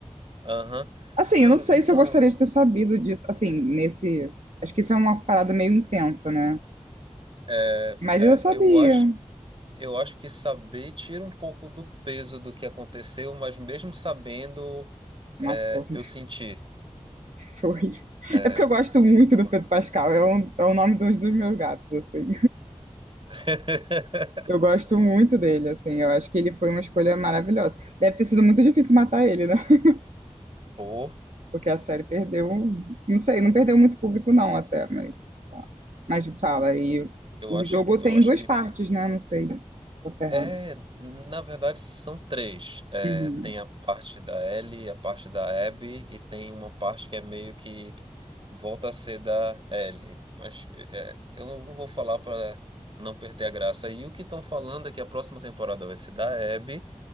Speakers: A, on the right; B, on the right.
A: Aham.
B: Assim,
A: Não,
B: eu não sei
A: então,
B: se eu gostaria de ter sabido disso, assim, nesse, acho que isso é uma parada meio intensa, né?
A: é,
B: Mas
A: é,
B: eu já sabia.
A: eu acho, Eu acho que saber tira um pouco do peso do que aconteceu, mas mesmo sabendo,
B: Nossa,
A: é,
B: foi, <laughs> horrível,
A: eu senti.
B: foi. horrível.
A: É,
B: É porque eu gosto muito
A: como-
B: do Pedro Pascal, é o, é o nome dos, dos meus gatos, assim.
A: <laughs>
B: Eu gosto muito dele, assim. Eu acho que ele foi uma escolha maravilhosa. Deve ter sido muito difícil matar ele, né? <laughs>
A: Pô,
B: Porque a série perdeu. Não sei, não perdeu muito público, não, até, mas. Mas fala, e
A: eu
B: o
A: acho,
B: jogo
A: eu
B: tem
A: acho
B: duas
A: que.
B: partes, né? Não sei. Posso errado.
A: É, na verdade são três. É,
B: Uhum.
A: tem a parte da Ellie, a parte da Abby e tem uma parte que é meio que volta a ser da Ellie. Mas é, eu não não vou falar para não perder a graça. E o que estão falando é que a próxima temporada vai ser da Abby